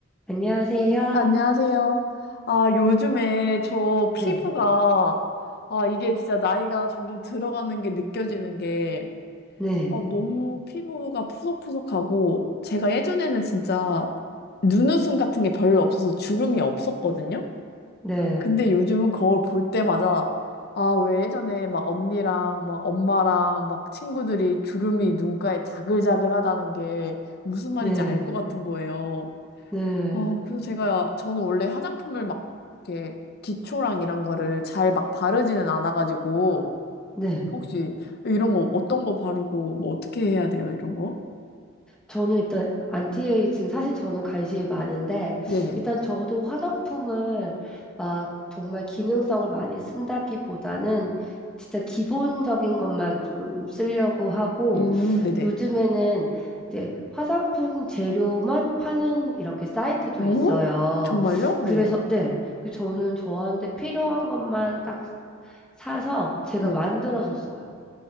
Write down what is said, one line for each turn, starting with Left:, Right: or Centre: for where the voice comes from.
Centre: 안녕하세요.
Left: 안녕하세요. 아, 요즘에 저
Centre: 네,
Left: 피부가, 아, 이게 진짜 나이가 점점 들어가는 게 느껴지는 게,
Centre: 네,
Left: 아, 너무 피부가 푸석푸석하고, 제가 예전에는 진짜 눈웃음 같은 게 별로 없어서 주름이 없었거든요?
Centre: 네,
Left: 근데 요즘은 거울 볼 때마다, 아, 왜 예전에 막 언니랑 막 엄마랑 막 친구들이 주름이 눈가에 자글자글하다는 게 무슨 말인지
Centre: 네,
Left: 알 것 같은 거예요.
Centre: 네,
Left: 어, 그래서 제가, 저는 원래 화장품을 막, 이렇게, 기초랑 이런 거를 잘 막 바르지는 않아가지고,
Centre: 네.
Left: 혹시 이런 거, 어떤 거 바르고, 뭐, 어떻게 해야 돼요, 이런 거?
Centre: 저는 일단 안티에이징 사실 저는 관심이 많은데
Left: 네네.
Centre: 일단 저도 화장품을 막 정말 기능성을 많이 쓴다기보다는 진짜 기본적인 것만 좀 쓰려고 하고
Left: 음, 네네.
Centre: 요즘에는 이제 화장품 재료만 파는 이렇게 사이트도
Left: 어?
Centre: 있어요.
Left: 정말요?
Centre: 그래서
Left: 네네.
Centre: 네. 그 저는 저한테 필요한 것만 딱 사서 제가
Left: 네.
Centre: 만들어서 써요.